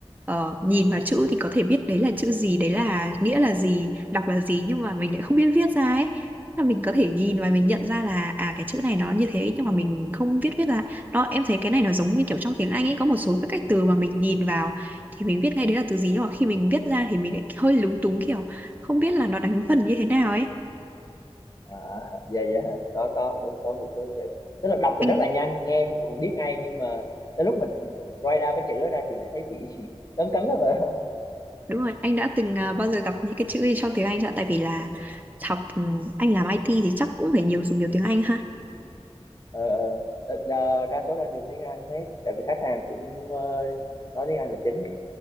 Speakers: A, on the right; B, on the left.
A: ờ, nhìn vào chữ thì có thể biết đấy là chữ gì, đấy là nghĩa là gì, đọc là gì nhưng mà mình lại không biết viết ra ấy. Là mình có thể nhìn và mình
B: Ừ.
A: nhận ra là à cái chữ này nó như thế nhưng mà mình không viết viết ra. Đó em thấy cái này nó giống như kiểu trong tiếng Anh ấy có một số các cách từ mà mình nhìn vào thì mình viết ngay đấy là từ gì nhưng mà khi mình viết ra thì mình lại hơi lúng túng kiểu không biết là nó đánh vần như thế nào ấy.
B: à, dạ dạ có có đúng có một số chữ tức là đọc thì
A: Anh
B: rất là nhanh nghe thì còn biết ngay nhưng mà tới lúc mình write down cái chữ đó ra thì lại thấy bị <laughs> cấn cấn đó vậy
A: Đúng rồi, anh đã từng à, bao giờ gặp những cái chữ gì trong tiếng Anh chưa? ạ? Tại vì là học ừ, anh làm IT thì chắc cũng phải nhiều dùng nhiều tiếng Anh ha.
B: ờ, ờ. đa, đa số đang dùng tiếng Anh hết tại vì khách hàng cũng ờ, nói tiếng Anh là chính ấy